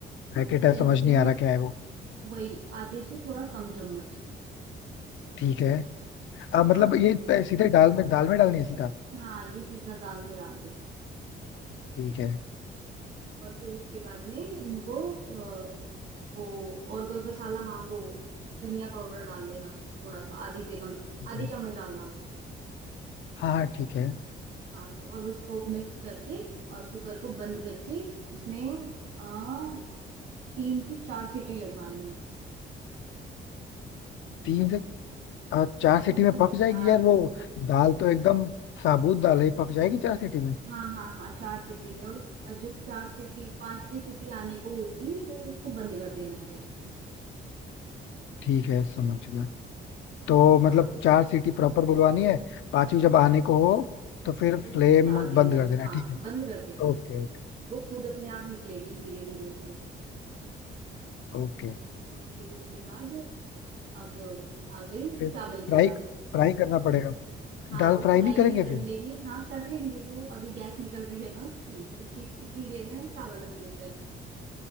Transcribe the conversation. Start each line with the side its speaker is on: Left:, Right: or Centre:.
Left: पैकेट
Right: किचन
Left: है समझ
Right: किंग
Left: नहीं आ रहा क्या है वो
Right: वही आधे से थोड़ा कम चम्मच
Left: ठीक है अब
Right: हाँ
Left: मतलब ये प- सीधे दाल में दाल में डालनी है सीधा
Right: हाँ ये सीधा दाल में डाल दो
Left: ठीक है
Right: और फिर उसके बाद में इनको अ, वो और कोई मसाला हाँ वो धनिया पाउडर डाल लेना थोड़ा सा आधी से कम
Left: ठीक
Right: आधी
Left: है
Right: चम्मच डालना वो
Left: हाँ हाँ ठीक है
Right: हाँ तो अब इसको मिक्स करके और कुकर को बंद करके इसमें आ, तीन से चार सीटी लगवानी है
Left: तीन से अ, चार
Right: तीन
Left: सीटी में
Right: से
Left: पक जाएगी
Right: चार
Left: यार वो
Right: सीटी
Left: दाल तो एकदम साबुत दाल है पक जाएगी चार सीटी में
Right: हाँ हाँ हाँ चार सीटी में और जब चार सीटी पांचवी सीटी आने को होगी तो उसको बंद कर देना है गैस को
Left: ठीक है समझ गया तो मतलब
Right: हाँ
Left: चार सीटी प्रॉपर बुलवानी है पांचवी जब आने को हो तो फिर
Right: तो उसको
Left: फ्लेम
Right: उतार देना
Left: बंद कर
Right: है
Left: देना
Right: हाँ
Left: ठीक है
Right: बंद कर देना
Left: Okay
Right: है
Left: okay
Right: वो खुद अपने आप निकलेगी धीरे धीरे उसमें से
Left: okay
Right: और फिर उसके बाद अब आ गई
Left: फिर
Right: चावल
Left: फ्राई
Right: की बारी
Left: फ्राई करना पड़ेगा
Right: हाँ
Left: दाल
Right: वो फ्राई
Left: फ्राई नहीं करेंगे
Right: भी कर
Left: फिर
Right: लेंगे हाँ कर लेंगे वो अभी गैस निकल रही है ना उसकी तो इतनी इतनी देर में हम चावल रख देते हैं